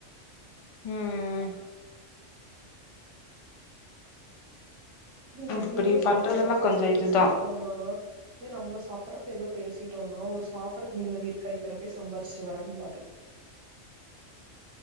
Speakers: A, on the left (about 60°); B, on the right (about 70°).
A: ம்ம்
B: து நம்ம
A: இப்டி
B: ஏதோ சாப்டுறப்ப
A: பண்றதெல்லா கொஞ்சோ
B: பேசிட்டோன்
A: இதுதா
B: னா இதே நம்ம சாப்டுறப்ப ஏதோ பேசிட்டோம்னா ஒரு சாப்டுறதுக்கு நிம்மதி இருக்கா இத்தன போய் சம்பாரிச்சுட்டு வரம்பாரு